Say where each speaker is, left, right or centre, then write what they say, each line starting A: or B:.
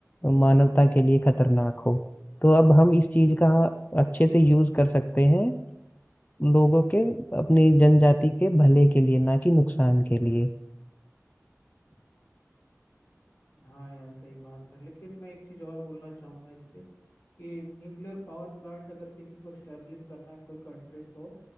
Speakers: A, on the left (about 30°); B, on the left (about 70°).
A: मानवता के लिए खतरनाक हो तो अब हम इस चीज का अच्छे से यूज कर सकते हैं लोगों के अपनी जनजाति के भले के लिए ना कि नुकसान के लिए
B: हाँ यार सही बात है लेकिन मैं एक चीज़ और बोलना चाहूँगा इस पे कि न्यूक्लियर पावर प्लांट अगर किसी को स्टेब्लिश करना है कोई कंट्री को